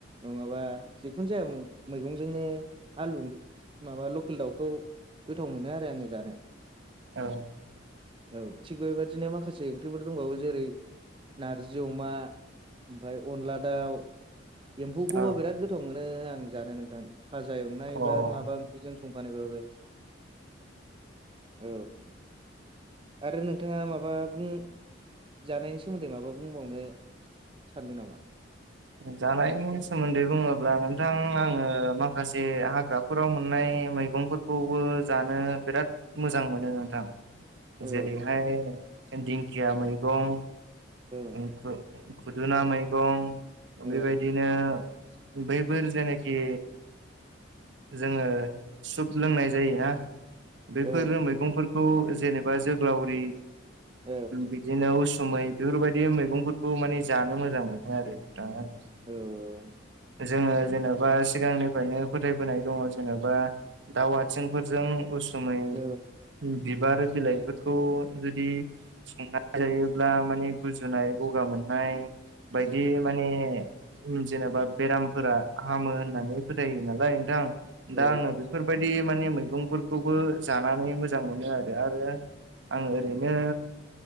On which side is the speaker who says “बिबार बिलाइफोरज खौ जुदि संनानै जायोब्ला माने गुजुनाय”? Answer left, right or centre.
Right